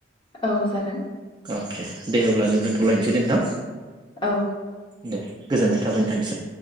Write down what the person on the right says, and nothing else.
अके दे हब्ला जों दोन्थलायनोसै नोंथां।
दे गोजोननाय थाबाय नोंथांनिसिम।